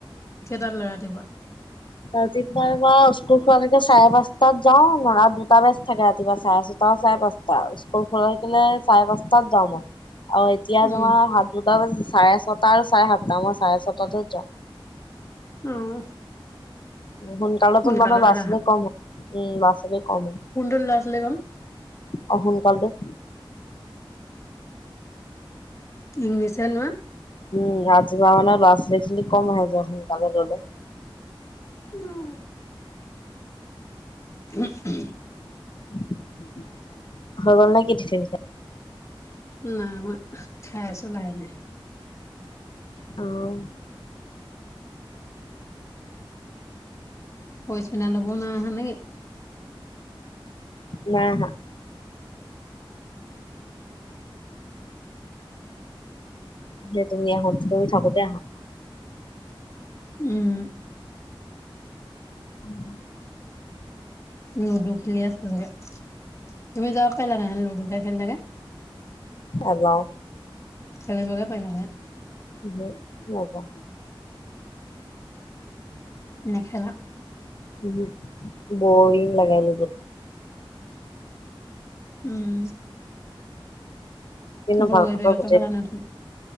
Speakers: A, on the left; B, on the left.
A: কেইটা ল'ৰা ৰাতিপুৱা?
B: ৰাতিপুৱা মই স্কুল খোৱাকে চাৰে পাঁচটাত যাওঁ, নৰা দুটা বেজ থাকে ৰাতিপুৱা চাৰে চাৰে পাঁচটা, স্কুল খোলা থাকিলে চাৰে পাঁচটাত যাওঁ মই আৰু এতিয়া
A: উম
B: তোমাৰ সাত দুটা বাজি চাৰে ছটা আৰু চাৰে সাতটা, মই চাৰে ছটাত যাওঁ।
A: অ'।
B: সোনকালেতো
A: সোনকালতো
B: মানে ল'ৰা ছোৱালী
A: আহা
B: কম হয় উম, ল'ৰা ছোৱালী কম হয়।
A: কুণ্ডল ল'ৰা ছোৱালী গম
B: অ' সোনকালটোত।
A: ইংলিছহে লোৱা।
B: উম, ৰাতিপুৱা মানে ল'ৰা ছোৱালী কম হয় <unintelligible> সোনকালে ল'লে।
A: <unintelligible> <inaudible>
B: <unintelligible>
A: নাই মই, খাই আছোঁ লাহে লাহে।
B: অ'।
A: পইচ মিনা ল'বনা <unintelligible> হা নেকি? -
B: নাই আহা। যে তুমি <unintelligible> তুমি থাকোঁতে আহা।
A: উম।
B: <inaudible>
A: লুডু খেলি আছা চাগে। তুমি যাব পাৰলাহেন লুডুহে খেলি থাকে।
B: নেযাওঁ।
A: আনিবগে পাৰিলা হয়।
B: বি নাযাওঁ।
A: নেখেলা
B: উম বৰিং লাগে <unintelligible>
A: উম।
B: কিন্ত
A: বগৰী
B: ভাল
A: পেকেটটো
B: পাপাজ
A: খালা নাই অথনি?